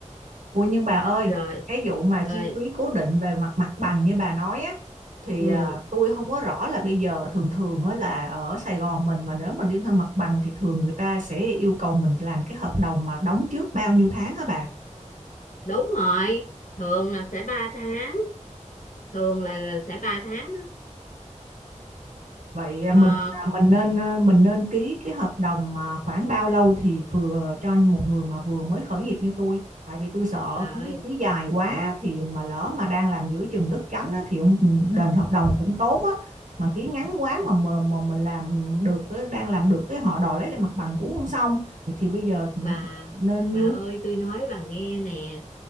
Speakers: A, on the right; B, on the left.
A: ui nhưng bà ơi
B: rồi
A: cái vụ mà
B: ơi
A: chi phí cố định về mặt mặt bằng như bà nói á thì
B: ừ,
A: à, tôi không có rõ là bây giờ thường thường á là ở Sài Gòn mình mà nếu mình đi thuê mặt bằng thì thường người ta sẽ yêu cầu mình làm cái hợp đồng mà đóng trước bao nhiêu tháng hả bà
B: đúng rồi thường là sẽ ba tháng thường là, là sẽ 3 tháng đó
A: Vậy à,
B: Ờ,
A: mình à, mình nên
B: ừ,
A: à, mình nên ký cái hợp đồng mà khoảng bao lâu thì vừa cho một người mà vừa mới khởi nghiệp như tôi, tại vì tôi sợ
B: bà
A: ký
B: ơi
A: ký dài quá thì mà lỡ mà đang làm giữa chừng đứt cánh á, thì ông đền hợp đồng cũng tốn á, mà ký ngắn quá mà mà, mà mình làm được á, đang làm được cái họ đòi lấy lại mặt bằng cũng không xong. Thì, thì bây giờ ừ,
B: bà
A: nên
B: bà
A: nhiêu?
B: ơi tôi nói bà nghe nè